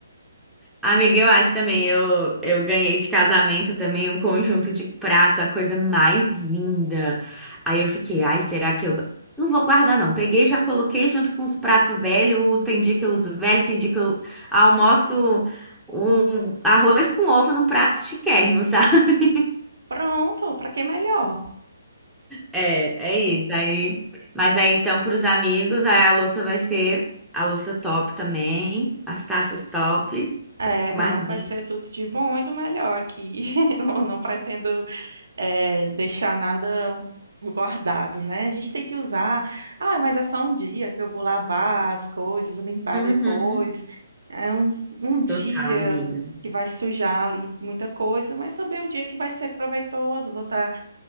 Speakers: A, in the centre; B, on the right.
A: Amiga, eu acho também. Eu, eu ganhei de casamento também um conjunto de prato, a coisa mais linda. Aí eu fiquei, ai, será que eu. Não vou guardar, não. Peguei, já coloquei junto com os pratos velhos. Tem dia que eu uso velho, tem dia que eu almoço um arroz com ovo num prato chiquérrimo, <laughs> sabe?
B: Pronto, pra que melhor?
A: É, é isso. Aí, mas aí então, para os amigos, aí a louça vai ser a louça top também, as taças top,
B: É,
A: pra tomar
B: não,
A: bem.
B: vai ser tudo de bom e do melhor aqui. <laughs> Não, não pretendo, é, deixar nada guardado, né? A gente tem que usar. Ah, mas é só um dia que eu vou lavar as coisas, limpar
A: Uhum.
B: depois. É um, um dia
A: Total, amiga.
B: que vai sujar ali muita coisa, mas também um dia que vai ser proveitoso. Vou estar,